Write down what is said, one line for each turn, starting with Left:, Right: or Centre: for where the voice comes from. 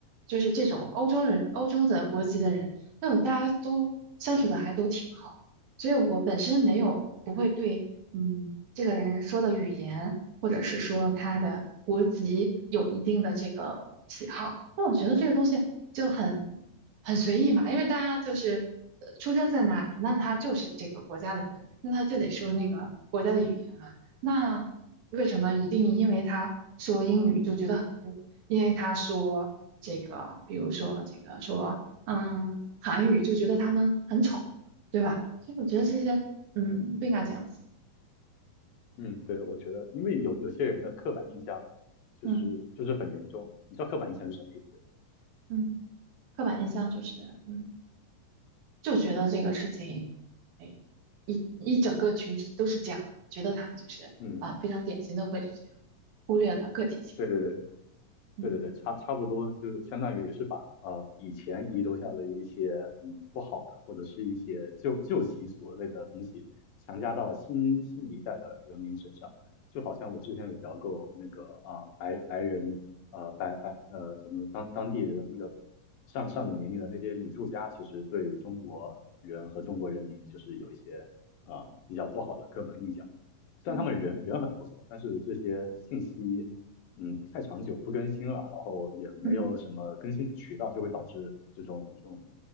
Right: 就是这种欧洲人、欧洲的国籍的人，那种大家都相处的还都挺好的所以我本身没有不会对，嗯，这个人说的语言或者是说他的国籍有一定的这个喜好。那我觉得这个东西就很很随意嘛，因为大家就是呃出生在哪里，那他就是这个国家的人，那他就得说那个国家的语言嘛。那为什么一定因为他说英语就觉得很酷？因为他说这个，比如说这个说，嗯，韩语就觉得他们很丑，对吧？所以我觉得这些，嗯，不应该这样想，
Left: 嗯，对，我觉得因为有有些人的刻板印象就是就是很严重，
Right: 嗯
Left: 你知道刻板印象是什么意思？
Right: 嗯，刻板印象就是，嗯，就觉得这个事情，哎，一一整个群体都是这样，觉得他们就是啊，
Left: 嗯，
Right: 非常典型的会是这样，忽略了个体性，
Left: 对对对。
Right: 嗯
Left: 对对对，差差不多，就是相当于是把呃以前遗留下的一些嗯不好的或者是一些旧旧习俗类的东西强加到新新一代的人民身上，就好像我之前有聊过那个啊、白白人呃白白呃什么当当地的那个上上了年龄的那些女作家，其实对中国人和中国人民就是有一些啊、比较不好的刻板印象。虽然他们人人很不错，
Right: 嗯
Left: 但是这些信息嗯太长久不更新了，然后也没有什么更新的渠道，
Right: 嗯嗯
Left: 就会导致这种这种